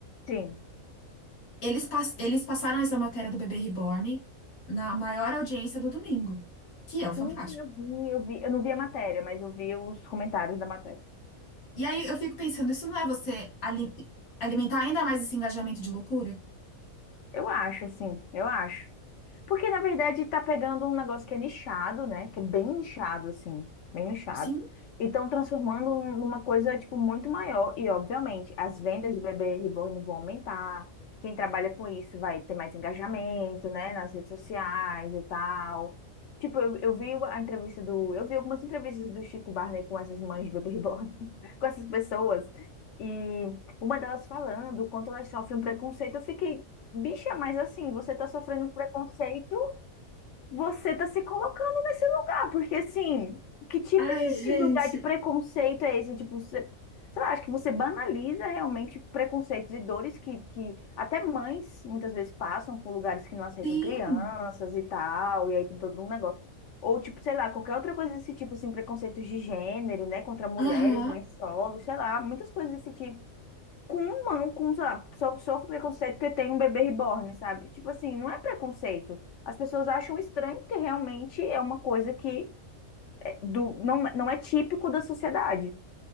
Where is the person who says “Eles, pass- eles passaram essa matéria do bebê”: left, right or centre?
Left